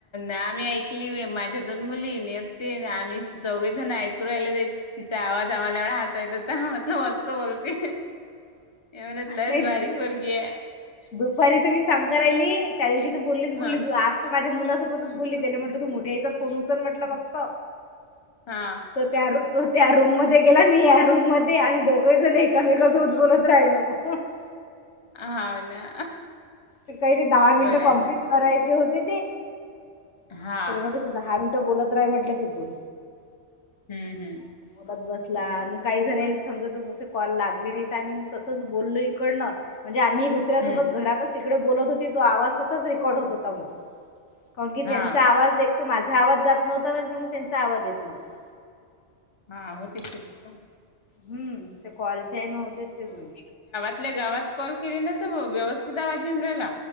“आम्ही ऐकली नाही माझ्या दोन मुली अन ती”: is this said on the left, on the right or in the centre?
Left